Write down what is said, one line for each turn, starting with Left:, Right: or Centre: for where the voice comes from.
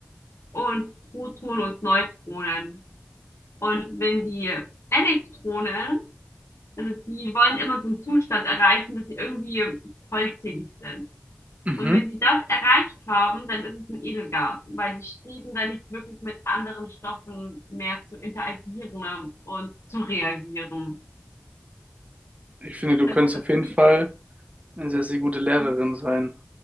Left: und Protonen und Neutronen. Und wenn die Elektronen, also die wollen immer so einen Zustand erreichen, dass sie irgendwie vollzählig sind.
Right: Mhm.
Left: Und wenn die das erreicht haben, dann ist es ein Edelgas, weil die Streben dann nicht wirklich mit anderen Stoffen mehr zu interagieren und zu reagieren.
Right: Ich finde, du
Left: Deshalb
Right: könntest
Left: ist
Right: auf jeden Fall eine sehr, sehr gute Lehrerin
Left: Helium
Right: sein.